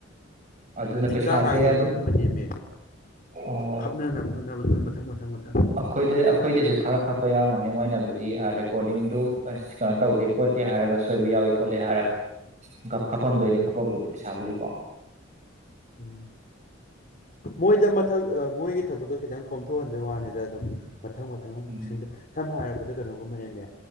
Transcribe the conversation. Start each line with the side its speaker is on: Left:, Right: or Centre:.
Right: ꯑꯗꯨꯅ
Left: ꯎ ꯊꯤꯀꯥ
Right: ꯄꯩꯁꯥꯁꯦ
Left: ꯀꯥꯏꯗꯕꯒꯨꯝꯕ
Right: ꯑꯗꯨꯝ
Left: ꯅꯦꯝꯃꯦ
Right: ꯑ,
Left: ꯈꯞꯅꯅꯕ ꯍꯣꯠꯅꯕꯗꯨꯅ ꯃꯊꯪ ꯃꯊꯪ ꯃꯊꯪ
Right: ꯑꯩꯈꯣꯏꯗ ꯑꯩꯈꯣꯏꯗꯁꯨ ꯈꯔ ꯈꯞꯄ ꯌꯥꯎꯔꯝꯒꯅꯤ ꯃꯣꯏꯅꯕꯨꯗꯤ ꯀꯣꯔꯗꯤꯡꯗꯨ ꯀꯩꯅꯣ ꯇꯧꯗꯦ ꯈꯣꯠꯇꯦ ꯍꯥꯏꯔꯒ ꯁꯣꯏꯕ ꯌꯥꯎꯏꯤ ꯈꯣꯠꯂꯦ ꯍꯥꯏꯔꯒ ꯈꯞꯐꯝꯝꯗꯣꯏꯅꯤ
Left: ꯎꯝ
Right: ꯈꯞꯄꯕꯨꯗꯤ ꯄꯩꯁꯥꯕꯨꯗꯤꯀꯣ ꯍ
Left: ꯎꯝ ꯃꯣꯏꯗ ꯃꯊꯛ ꯃꯣꯏꯒꯤ ꯊꯕꯛꯇꯣ ꯈꯤꯇꯪ ꯀꯣꯝꯊꯣꯛꯍꯟꯕꯩ ꯋꯥꯅꯤꯗ ꯑꯗꯨꯝ ꯃꯊꯪ ꯃꯊꯪ
Right: ꯎꯝ
Left: ꯅꯨꯡꯗ ꯁꯝꯅ ꯍꯥꯏꯔꯕꯗ ꯀꯩꯅꯣꯒꯨꯝꯕꯅꯦꯃꯦ